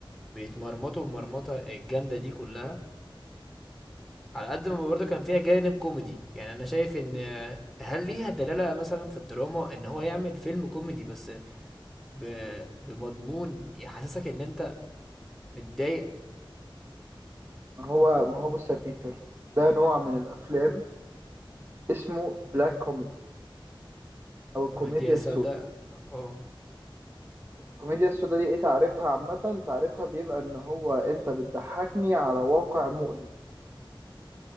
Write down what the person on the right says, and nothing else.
ما هو ما هو بص يا بيتر ده نوع من الافلام اسمه بلاك كوميدي او الكوميديا
السوداء
الكوميديا السوداء دي ايه تعرفها عامه تعرفها بيبقى ان هو انت بتضحكني على واقع مؤلم